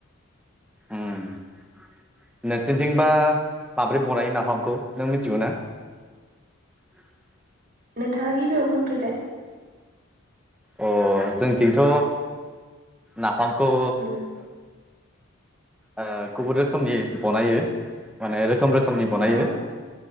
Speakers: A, in the centre; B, on the right (about 45°).
A: उम। नोंसिनिथिंबा माब्रै बनायो नाफामखौ, नों मिथिगौ ना? <unintelligible>
B: नोंथाङा गिबियाव बुंग्रो दो।
A: अ जोंथिंथ नाफामखौ
B: उम
A: ओ गुबुन रोखोमनि बनायो माने रोखोम रोखोमनि बनायो।
B: औ